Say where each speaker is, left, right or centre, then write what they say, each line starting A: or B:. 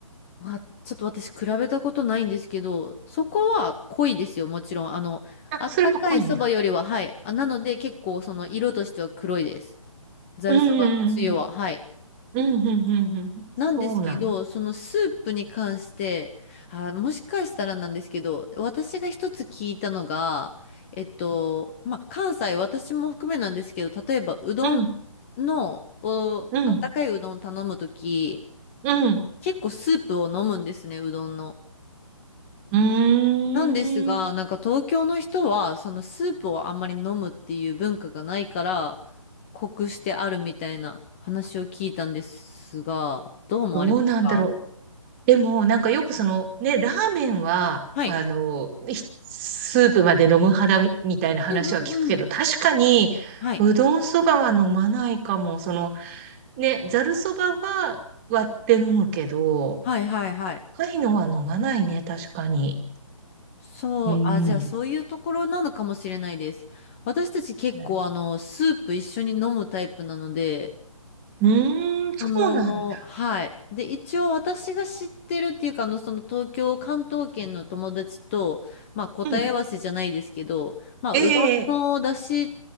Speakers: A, on the left; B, on the right.
A: まあ、ちょっと私比べたことないんですけど、そこは濃いですよ、もちろん。あの、
B: あ、
A: あったかいそばよりは、
B: それは濃いんだ。
A: はい。あ、なので結構その色としては黒いです。ざるそばのつゆは、
B: うん、うん、
A: はい。
B: うん、うん、うん、うん、うん。
A: なんですけど、
B: そうなの。
A: そのスープに関して、あ、もしかしたらなんですけど、私が一つ聞いたのが、えっと、まあ、関西、私も含めなんですけど、例えばうどん
B: うん、
A: の、お、
B: うん、
A: あったかいうどん頼むとき、
B: うん。
A: 結構スープを飲むんですね、うどんの。
B: うーん。
A: なんですが、なんか東京の人は、そのスープをあんまり飲むっていう文化がないから、濃くしてあるみたいな話を聞いたんですが、どう思われますか
B: どうなんだろう。でも、なんかよくその、ね、ラーメンは、
A: はい。
B: あの、ひスープまで飲む派だみみたいな話は聞くけど、
A: うんうんうん。
B: 確かに、
A: はい。
B: うどんそばは飲まないかも。その、ね、ざるそばは割って飲むけど、
A: はいはいはい。
B: 高いのは飲まないね、確かに。
A: そう、
B: うん。
A: あ、じゃあそういうところなのかもしれないです。私たち結構あの、
B: なるほ
A: スープ一緒に飲むタイプなので、
B: どうーん、そうなんだ。
A: その、はい。で、一応私が知ってるっていうか、あの、その東京、関東圏の友達と、まあ、答え合わせじゃないですけど、
B: うん。
A: まあ、
B: ええ
A: うどんの出汁